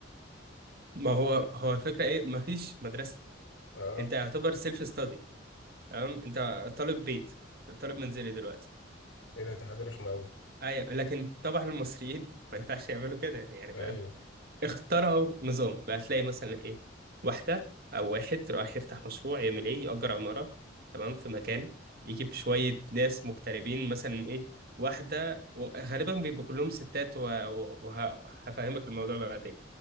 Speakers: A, on the right; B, on the left.
A: ما هو هو الفكره ايه مفيش مدرسه
B: اه
A: انت يعتبر سيلف ستادي تمام انت طالب بيت طالب منزلي دلوقتي
B: ايه ده دي حاجة رخمة قوي
A: ايوه لكن طبعا المصريين ما ينفعش يعملوا كده يعني
B: ايوه
A: اخترعوا نظام بقى تلاقي مثلا ايه واحدة او واحد رايح يفتح مشروع يعمل ايه يأجر عمارة تمام في مكان يجيب شوية ناس مغتربين مثلا ايه واحدة و- غالبا بيبقوا كلهم ستات وهفهمك الموضوع بقى بعدين